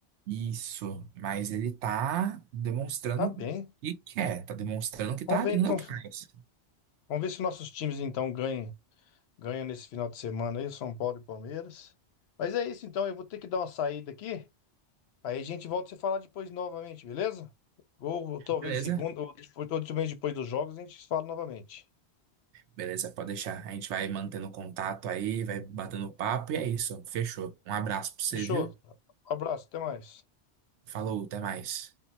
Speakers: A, on the right; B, on the left.
A: Isso, mas ele tá demonstrando
B: Tá bem.
A: o que quer, tá demonstrando que tá
B: Vamos ver
A: indo
B: então,
A: atrás.
B: vamos ver se nossos times então ganham, ganham nesse final de semana aí, São Paulo e Palmeiras. Mas é isso então, eu vou ter que dar uma saída aqui. Aí a gente volta a se falar depois novamente, beleza? Ou, ou talvez
A: Beleza?
B: segunda, ou depois, ou mês depois dos jogos, a gente se fala novamente.
A: Beleza, pode deixar. A gente vai mantendo contato aí, vai batendo papo e é isso. Fechou. Um abraço pra você,
B: Fechou.
A: viu?
B: Abraço, até mais.
A: Falou, até mais.